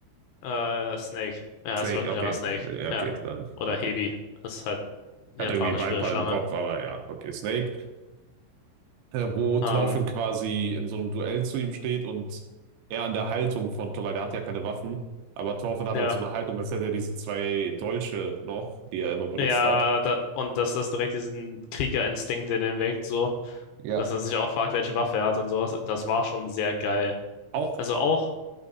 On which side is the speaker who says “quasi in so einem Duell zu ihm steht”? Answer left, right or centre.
Right